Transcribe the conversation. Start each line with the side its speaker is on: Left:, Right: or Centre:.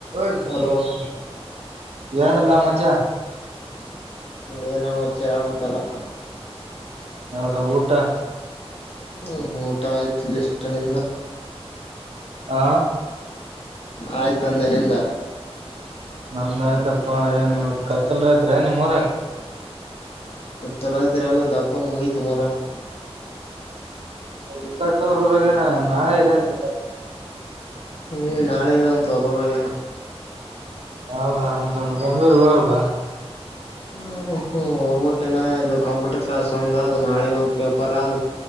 Right: I ಹ
Left: hello
Right: <unintelligible> <inaudible> ಎರಡಲ್ಲ ಮಜಾ
Left: ಏನನು ಮುಚ್ಚೆ ಹೇಳ್ಬೇಕಲ್ಲ
Right: ಹೌದ ಊಟ
Left: ಹ್ಮ ಊಟ ಆಯ್ತ್ ಎಷ್ಟ ನಿಂದ
Right: ಹಾ
Left: ಆಯ್ತುಂದ ನಿಂದ
Right: ನಮ್ದ ಆಯ್ತಪ್ಪಾ ಏನ್ ಇವತ್ ಕತ್ತಲ್ರೈತ್ರಿ ನಿಮ್ರಾಗ
Left: ತ್ರರಾತ್ರಿ ಅಲ್ಲಾ ದಪ್ಪನ್ನು ಮಯತು ಮರಮೆ
Right: ವಿಕಾಸ್ ಅವ್ರ ಊರಾಗೇನ ನಾಳೆ ಇದೆ ಅಂತ
Left: ಹ್ಮ್ ನಾಳೆಗಂತ ಅವರೋರಗೇನ
Right: ಹೌದಾ ಮ ಬೆಂಗಂಗಳೂರಿಗೆ ಹೋಗಲ್ವಾ <inaudible>
Left: ಹ ಹ್ಮ ಹೋಗಕನ್ನ ಇದು ಕಂಪ್ಯೂಟರ್ ಕ್ಲಾಸ್ ಒಂದ್ ಅದು್ ನಾಳೆಗ ಒಂದ್ ಪೇಪರ್ ಅದು್